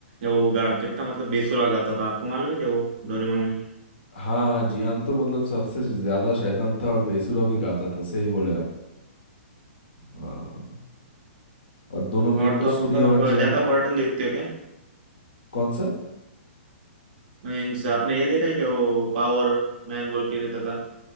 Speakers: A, on the right; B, on the left.
A: वो गा कितना मतलब बेसुरा गाता था आपको मालूम है क्या वो डोरेमोन में
B: हाँ हाँ जियान तो मतलब सबसे ज्यादा शैतान था और बेसुरा भी गाता था सही बोले आप हाँ और दोनों मिलकर
A: और तो
B: सुनिए
A: और मतलब
B: और
A: आप
B: जियान
A: ज्यादा कार्टून देखते हो क्या
B: कौन सा
A: मीन्स आपने ये देखा है क्या वो पावर मैन बोल के देता था